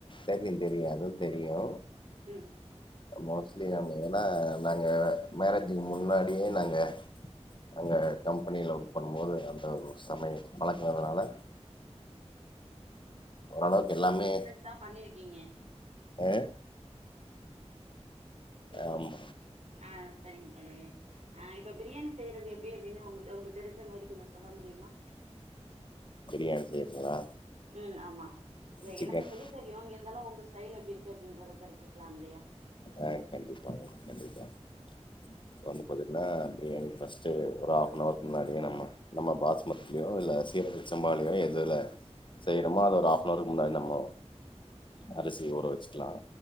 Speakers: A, on the left; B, on the right.
A: தெரியு தெரியு அதுவு தெரியு
B: ம்
A: மோஸ்ட்லி நம ஏனா நாங்க மேரேஜுக்கு முன்னாடியே நாங்க அங்க கம்பெனியில ஒர்க் பண்ணும்போது அந்த சமையல் பழக்கனதால <inaudible> ஒரளவுக்கு எல்லாமே
B: தான் பண்ணிருக்கீங்க
A: ஆ
B: ம்
A: ஆமா
B: ஆ சரிங்க தோழி ஆ இப்ப பிரியாணி செய்றது எப்டி எப்டின்னு உங்க உங்க தெரிஞ்ச மாரி கொஞ்ச சொல்ல முடியுமா
A: பிரியாணி செய்றதுங்களா
B: ம் ஆமா எ
A: சிக்கன்
B: எனக்கு செய்ய தெரியும் இருந்தாலும் உங்க டைல் எப்படி இருக்கு அப்படின்றத தெரிஞ்சுக்கலாம் இல்லையா
A: ஆ கண்டிப்பாங்க கண்டிப்பா இப்ப வந்து பாத்தீங்கன்னா பிரியாணிக்கு பஸ்ட் ஒரு ஹாஃப்னவர்க்கு முன்னாடியே நம்ம நம்ம பாஸ்மதிலயோ இல்ல சீரகச் சம்பா எதுல செய்றமோ அது ஒரு ஹாப்னவர்க்கு முன்னாடி நம்ம அரிசி ஊற வச்சுக்கலாம்